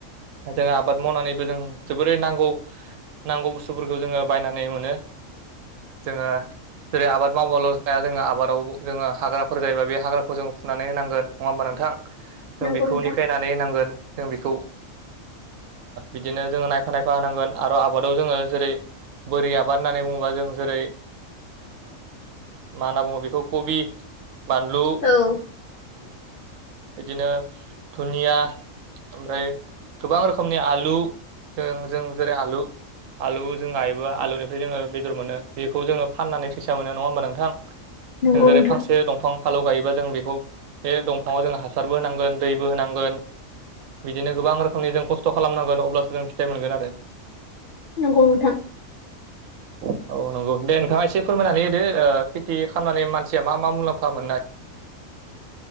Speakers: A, on the right (about 70°); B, on the left (about 60°).
A: जोङो आबाद मावनानैबो जों जोबोरै नांगौ नांगौ बुस्थुफोरखौ जोङो बायनानै मोनो जोङो जेरै आबाद मावबाल' जाया जोङो आबादाव जोङो हाग्राफोर जायोबा बे हाग्राखौ जोङो फनानै होनांगोन नङा होमबा नोंथां जों
B: नंगौ
A: बेखौ
B: नोंथां
A: निखायनानै होनांगोन जों बेखौ बिदिनो जोङो नायफा नायफा होनांगोन आरो आबादाव जोङो जेरै बोरि आबाद होननानै बुङोबा जों जेरै मा होनना बुङो बेखौ कबि बानलु
B: औ
A: बिदिनो दुनिया ओमफ्राय गोबां रोखोमनि आलु जों जों जेरै आलु आलु जों गायोबो आलुनिफ्राय जोङो बेदर मोनो बेखौ जोङो फाननानै फैसा मोनो नङा होमबा नोंथां
B: <inaudible>
A: जों जेरै
B: नोंथां
A: फांसे दंफां फालौ गायोबा जों बेखौ बे दंफाङाव जों हासारबो होनांगोन दैबो होनांगोन बिदिनो गोबां रोखोमनि जों खस्थ' खालामनांगोन अब्लासो जों फिथाइ मोनगोन आरो
B: नंगौ नोंथां
A: <inaudible> औ नंगौ दे नोंथाङा एसे फोरमायनानै होदो खेथि खालामनानै मानसिया मा मा मुलाम्फा मोननाय